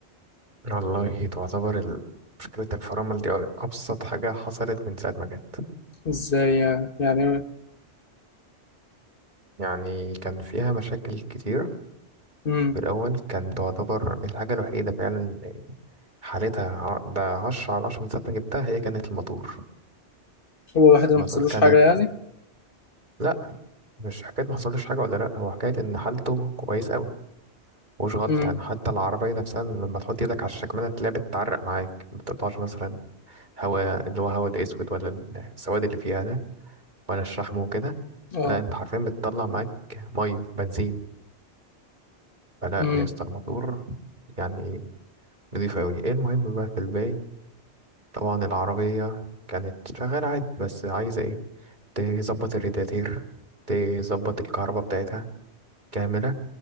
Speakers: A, on the right; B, on the left.
A: والله تعتبر ال- مشكلة الفرامل دي أبسط حاجة حصلت من ساعة ما جت
B: ازاي يعني؟ يعني
A: يعني كان فيها مشاكل كتير
B: امم
A: في الأول كان تعتبر الحاجة الوحيدة فعلا حالتها ع- ده عشرة على عشرة من ساعة ما جبتها هي كانت الموتور
B: هو الواحد اللي
A: الموتور
B: ما حصلوش
A: كانت
B: حاجة يعني؟
A: لأ مش حكاية محصلوش حاجة ولا لأ هو حكاية إن حالته كويس أوي مش غلط
B: امم
A: يعني حتى العربية نفسها لما تحط إيدك على الشكمانة تلاقيها بتتعرق معاك مبتطلعش مثلا هوا اللي هو هوا الأسود ولا السواد اللي فيها ده ولا الشحم وكده
B: اه
A: لا انت حرفيا بتطلع معاك ميه بنزين فلا
B: امم
A: يا اسطى الموتور يعني نضيف قوي ايه المهم بقى في الباقي طبعا العربيه كانت شغاله عادي بس عايزه ايه تظبط الرادياتير تظبط الكهرباء بتاعتها كامله